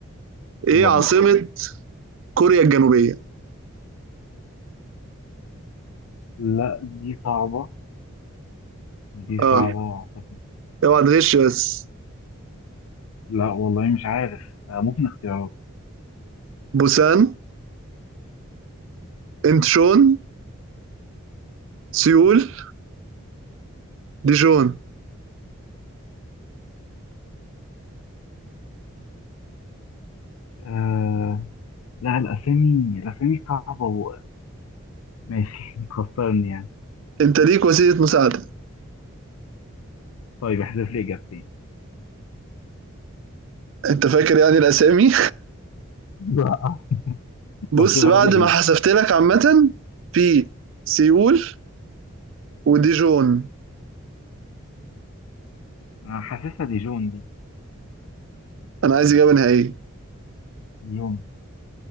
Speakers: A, on the right; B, on the left.
A: إيه
B: يلا
A: عاصمة
B: بينا
A: كوريا الجنوبية؟
B: لا دي صعبة دي
A: أه
B: صعبة أعتقد
A: اوعى تغش بس
B: لا والله مش عارف آه ممكن اختيارات
A: بوسان انتشون سيول ديجون
B: آه لا الأسامي الأسامي صعبة و... ماشي <laughs> تخسرني يعني
A: انت ليك وسيله مساعده
B: طيب احذف لي إجابتين
A: انت فاكر يعني الاسامي
B: <laughs> لا.
A: بص
B: بس بقلل
A: بعد ما حسبت لك عامه في سيول وديجون
B: أنا حاسسها دي جون دي
A: انا عايز اجابه نهائيه
B: جون